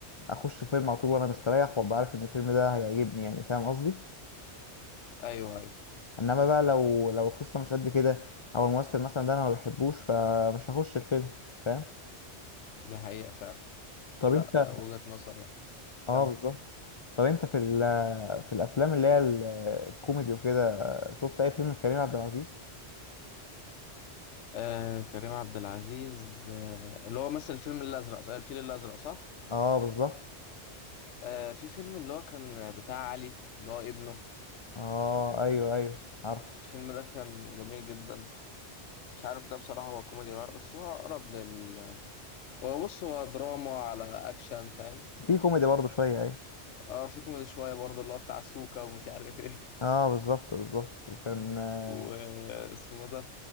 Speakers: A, on the left; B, on the left.
A: أخش الفيلم على طول وأنا مستريح وأبقى عارف إن الفيلم ده هيعجبني يعني فاهم قصدي؟
B: أيوه أيوه.
A: إنما بقى لو لو القصة مش قد كده أو الممثل مثلا ده أنا ما بحبوش فمش هخش الفيلم فاهم؟
B: ده حقيقة فعلا
A: طب
B: لا
A: أنت
B: آه، وجهة نظر يعني
A: آه
B: كم
A: بالظبط طب أنت في ال في الافلام اللي هي ال- الكوميدي وكده شفت اي فيلم لكريم عبد العزيز
B: آه كريم عبد العزيز آه اللي هو مثل الفيلم الأزرق صح؟ الفيل الأزرق صح؟
A: اه بالظبط
B: آه في فيلم اللي هو كان بتاع علي اللي هو ابنه
A: اه ايوه ايوه عارفه
B: الفيلم ده كان جميل جدا مش عارف ده بصراحة هو كوميدي ولا لأ، بس هو أقرب لل هو بص هو دراما على أكشن فاهم
A: في كوميدي برضه شويه ايوه
B: اه في كوميدي شوية برضه اللي هو بتاع سوكا ومش عارف ايه
A: اه بالظبط بالظبط وكان
B: <laughs>
A: آه،
B: واسمه ده